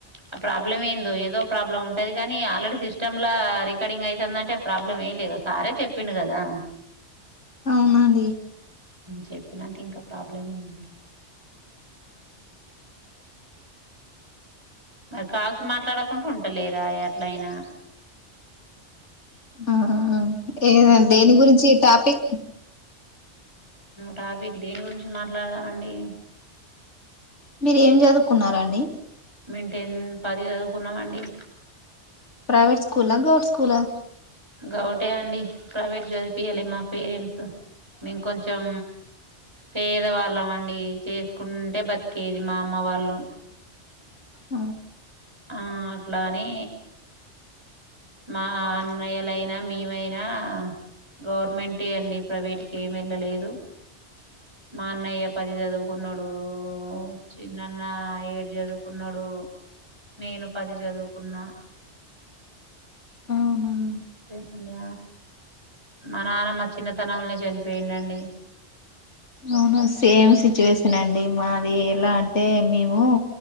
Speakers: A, on the right; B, on the left.
A: ఆ ప్రాబ్లం ఏందో ఏదో ప్రాబ్లం ఉంటది. కాని ఆల్రెడీ సిస్టమ్లా రికార్డింగ్ అయితదంటే ప్రాబ్లం ఏం లేదు సారే చెప్పిండు. కదా
B: అవునండి.
A: చెప్పినాక ఇంకా ప్రాబ్లం ఏంది. మరి కాల్స్ మాట్లాడకుంట ఉంటలేరా అట్లా అయినా
B: ఆ ఏ దేని గురించి టాపిక్
A: టాపిక్ దేని గురించి మాట్లాడదామండి.
B: మీరు ఏం చదువుకున్నా రాండి.
A: మేమ్ టెన్ పది చదువుకున్నామండి.
B: ప్రైవేట్ స్కూల్, గౌట్ స్కూల్ ఆ
A: గౌటే అండి ప్రైవేట్ చదిపియాలి మా పేరెంట్స్ మేం కొంచెం పేదవాళ్ళం అండి చేసుకుంటే బతికేది మా అమ్మ వాళ్ళు
B: ఆ
A: అట్లాని మా అన్నయ్యలైనా మేమైనా గవర్నమెంటే అండి ప్రైవేట్కి ఏమి వెళ్ళలేదు మా అన్నయ్య పది చదువుకున్నాడు చిన్నన్న ఏడు చదువుకున్నాడు నేను పది చదువుకున్నా
B: అవునా
A: అేనండి మా నాన్నమ్మ చిన్నతనంలోనే చనిపోయిండండి
B: అవును సేమ్ సిచ్యువేషన్ అండి మాది ఎలా అంటే మేము